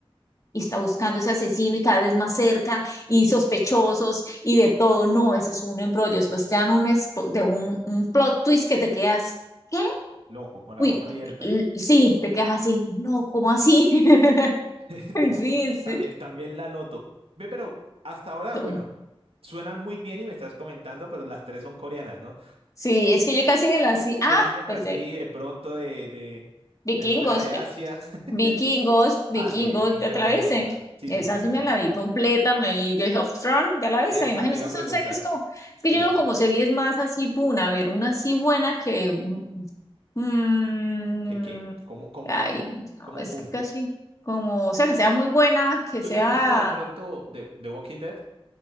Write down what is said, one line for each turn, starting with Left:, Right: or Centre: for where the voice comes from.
Left: y está buscando ese asesino y cada vez más cerca y sospechosos y de todo. No, eso es un embrollo. Después te dan un, de un, un plot twist que te quedas. ¿Qué?
Right: loco, con la
Left: Uy,
Right: boca abierta.
Left: sí, te quedas así. No, ¿cómo así? <laughs>
Right: <laughs> Tengo
Left: sí,
Right: que-
Left: sí.
Right: también, también la noto. Ve, pero hasta ahora,
Left: Son-
Right: bueno, suenan muy bien y me estás comentando, pero las tres son coreanas, ¿no?
Left: Sí, es que yo casi de la sí. Ah,
Right: Series
Left: pues
Right: así
Left: de
Right: de pronto de, de,
Left: vikingos,
Right: de fuera de
Left: yo-
Right: Asia. <laughs>
Left: vikingos, vikingos,
Right: Ah, sí, Vikingos
Left: ya te
Right: es
Left: la
Right: buenísima.
Left: viste.
Right: Sí,
Left: Esa
Right: sí, sí, es
Left: sí
Right: buenísima.
Left: me la vi completa, me vi Game of Thrones, ya la
Right: Esa
Left: viste. Imagino,
Right: te
Left: es
Right: iba
Left: que
Right: a preguntar.
Left: son series como, es que
Right: Sí,
Left: yo veo
Right: sí.
Left: como
Right: sí.
Left: series más así, puna, a ver, una así buena que Mm,
Right: ¿Qué, qué? ¿Cómo, cómo,
Left: ay, no,
Right: cómo,
Left: es
Right: pum?
Left: que casi como, o sea, que sea muy buena, que
Right: ¿Tú
Left: sea...
Right: te has visto de pronto de The Walking Dead?